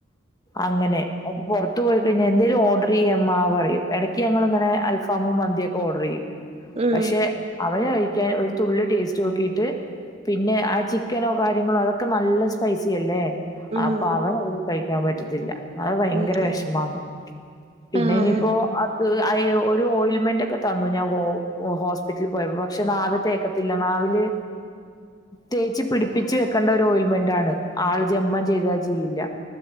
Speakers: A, on the left; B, on the right.
A: അങ്ങനെ പുറത്ത് പോയി കഴിഞ്ഞാൽ എന്തേലും ഓർഡർ ചെയ്യ് അമ്മ പറയും ഇടയ്ക്ക് ഞങ്ങൾ ഇങ്ങനെ അൽഫാമും മന്തിയൊക്കെ ഓർഡർ ചെയ്യും
B: ഉം
A: പക്ഷെ അവന് കഴിക്കാൻ ഒരു തുള്ളി ടേസ്റ്റ് നോക്കീട്ട് പിന്നെ ആ ചിക്കനോ കാര്യങ്ങളോ അതൊക്കെ നല്ല സ്പൈസി അല്ലേ
B: ഉം ഉം
A: അപ്പൊ അവന് അത് കഴിക്കാൻ പറ്റത്തില്ല അത് ഭയങ്കര
B: ഉം
A: <unintelligible> പിന്നെ
B: ആഹ്
A: ഇനിയിപ്പോ അത് അയ് ഒരു ഓയിൽമെന്റ് ഒക്കെ തന്നു ഞാൻ ഹോ ഹോസ് പിറ്റിൽ പോയപ്പൊ പക്ഷെ നാവിൽ തേക്കത്തില്ല നാവില് തേച്ച് പിടിപ്പിച്ച് വെക്കേണ്ട ഒരു ഓയിൽമെന്റ് ആണ് ആള് ജന്മം ചെയ്ത ചെയ്യില്ല